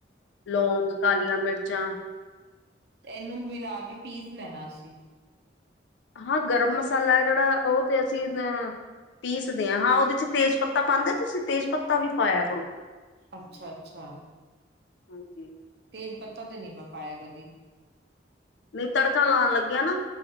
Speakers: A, on the left; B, on the right.
A: ਲੌਂਗ, ਕਾਲੀਆਂ ਮਿਰਚਾਂ
B: ਐਨੂੰ ਮਿਲਾ ਕੇ ਪੀਸ ਲੈਣਾ ਅਸੀ।
A: ਹਾਂ, ਗਰਮ ਮਸਾਲਾ ਏ ਜੇੜਾ ਓ ਤੇ ਅਸੀਂ ਅ ਪੀਸਦੇ ਆਂ ਹਾਂ, ਓਦੇ ਚ ਤੇਜ ਪੱਤਾ ਪਾਂਦੇ ਤੁਸੀ? ਤੇਜ ਪੱਤਾ ਵੀ ਪਾਇਆ ਕਰੋ।
B: ਅੱਛਾ-ਅੱਛਾ।
A: <unintelligible>
B: ਤੇਜ ਪੱਤਾ ਤੇ ਨੀ ਮੈਂ ਪਾਯਾ ਕਦੀ।
A: ਨਈਂ ਤੜਕਾ ਲਾਨ ਲੱਗੇਆ ਨਾ